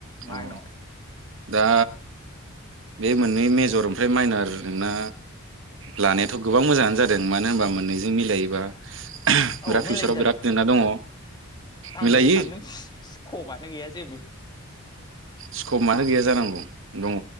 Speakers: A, on the left; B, on the right.
A: माइनर
B: औ दा बे मोननै मेजर ओमफ्राय माइनार नोंना लानायाथ' गोबां मोजाङानो जादों मानो होनबा मोननैजों मिलायोबा
A: औ
B: बिराद
A: मेनलायो
B: फिउचाराव
A: जानो
B: बिराद तेंना दङ।
A: आंलाय
B: मिलायो
A: सानदों सिखबानो गैया‌ जेबो।
B: स्कप मानो गैया जानांगौ दङ